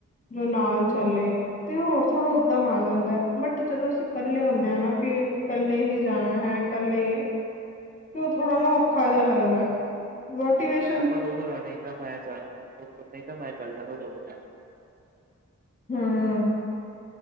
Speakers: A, on the left (about 25°); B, on the right (about 30°).
A: ਜੋ ਨਾਲ ਚੱਲੇ, ਤੇ ਹੋਰ ਥੋੜਾ ਉੱਦਮ ਆ ਜਾਂਦਾ ਐ। ਬਟ ਜਦੋਂ ਅਸੀਂ ਕੱਲੇ ਹੁੰਨੇ ਹਾਂ ਨਾ ਕਿ ਕੱਲੇ ਹੀ ਜਾਣਾ ਹੈ, ਕੱਲੇ ਈ ਐ ਫੇਰ ਥੋੜਾ ਨਾ ਔਖਾ ਜਿਹਾ ਲੱਗਦਾ ਐ। ਮੋਟੀਵੇਸ਼ਨ
B: ਆਪਾਂ ਦੂਰ ਹੈ ਨਹੀਂ ਤਾਂ, ਮੈਂ ਚ ਨਹੀਂ ਤਾਂ ਮੈਂ ਚੱਲ ਜਾਂਗਾ ਤੁਹਾਡੇ ਨਾਲ
A: ਹੁੰ,